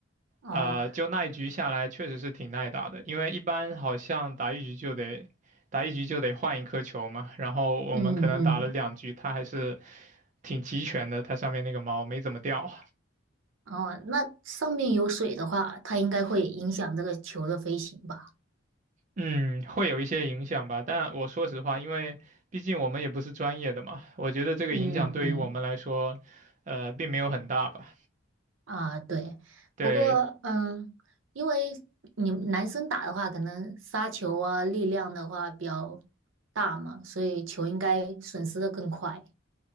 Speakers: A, on the right (about 75°); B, on the right (about 40°).
A: 哦，
B: 呃，就那一局下来确实是挺耐打的，因为一般好像打一局就得打一局就得换一颗球嘛，然后我们可能打了两局，
A: 嗯嗯。
B: 它还是挺齐全的，它上面那个毛没怎么掉。
A: 哦，那上面有水的话，它应该会影响这个球的飞行吧？
B: 嗯，会有一些影响吧，但我说实话，因为毕竟我们也不是专业的嘛，我觉得这个影响对于我们来说，
A: 嗯嗯，
B: 呃，并没有很大吧。
A: 啊，对，
B: 对，
A: 不过嗯，因为你们男生打的话，可能杀球啊，力量的话比较大嘛，所以球应该损失的更快。